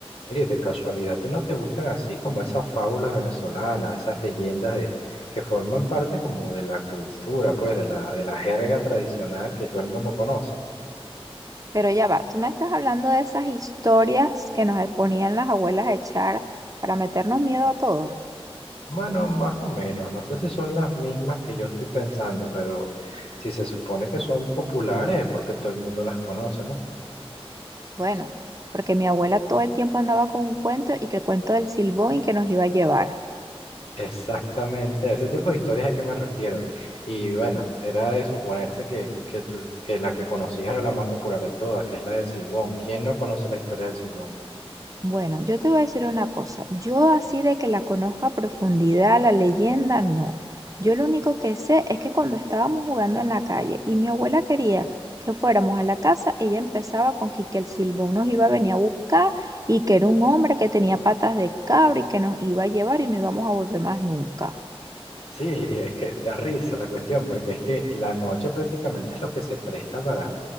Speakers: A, on the left; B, on the right.
A: Mire, de casualidad, ¿y no te gustan así como esas fábulas venezolanas, esas leyendas de que forman parte como de la cultura, pues de la de la jerga tradicional que todo el mundo conoce?
B: Pero ya va, tú me estás hablando de esas historias que nos ponían las abuelas a echar para meternos miedo a todos.
A: Bueno, más o menos, no sé si son las mismas que yo estoy pensando, pero si se supone que son populares es porque todo el mundo las conoce, ¿no?
B: Bueno, porque mi abuela todo el tiempo andaba con un cuento y que el cuento del silbón y que nos iba a llevar.
A: Exactamente, a ese tipo de historias a que me refiero. Y bueno, era de suponerse que, que, tú- que la que conocías era la más popular de todas, que es la del Silbón. ¿Quién no conoce la historia del Silbón?
B: Bueno, yo te voy a decir una cosa. Yo así de que la conozca a profundidad, la leyenda, no. Yo lo único que sé es que cuando estábamos jugando en la calle y mi abuela quería que fuéramos a la casa, ella empezaba con que, que el silbón nos iba a venir a buscar y que era un hombre que tenía patas de cabra y que nos iba a llevar y no íbamos a volver más nunca.
A: Sí, es que da risa la cuestión, porque es que la noche prácticamente es lo que se presta para,